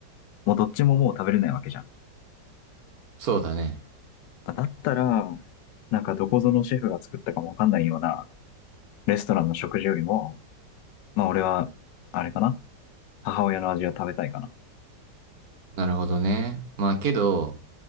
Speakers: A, on the left; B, on the right.
A: もうどっちももう食べれないわけじゃん。
B: そうだね。
A: だったら、なんかどこぞのシェフが作ったかもわかんないようなレストランの食事よりも、まあ俺は、あれかな母親の味を食べたいかな。
B: なるほどね。まあ、けど、